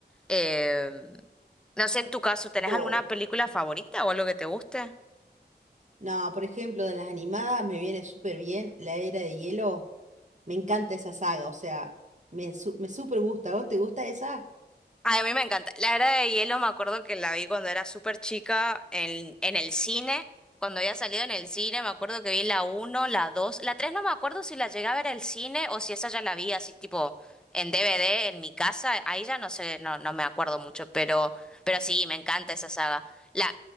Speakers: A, in the centre; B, on the right.
A: Eh, no sé, en tu caso, ¿tenés
B: Oh,
A: alguna película favorita o algo que te guste?
B: no, por ejemplo, de las animadas me viene súper bien La Era de Hielo. Me encanta esa saga, o sea, me, su- me súper gusta. ¿A ¿Vos te gusta esa?
A: Ay, a mí me encanta. La Era de Hielo me acuerdo que la vi cuando era súper chica en, en el cine. Cuando había salido en el cine, me acuerdo que vi la uno la 2 la 3 no me acuerdo si la llegué a ver al cine o si esa ya la vi así tipo en DVD en mi casa. Ahí ya no sé, no, no me acuerdo mucho, pero, pero sí, me encanta esa saga. La,